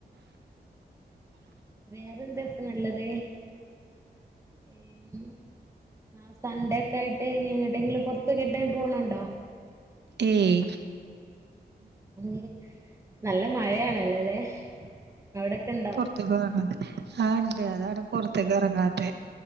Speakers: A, on the right (about 15°); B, on the right (about 80°).
A: വേറെന്താ ഇപ്പൊ നല്ലത് ഉം ആഹ് സൺഡേ ഒക്കെ ആയിട്ട് ഇനി എങ്ങട്ടെങ്കിലും പുറത്ത് <unintelligible> പോണൊണ്ടോ
B: ഏയ്
A: <inaudible> നല്ല മഴയാണല്ലോല്ലെ അവിടൊക്കെ ഉണ്ടോ
B: <unintelligible> ആഹ് ഉണ്ട് അതാണ് പുറത്തേക്ക് ഇറങ്ങാത്തെ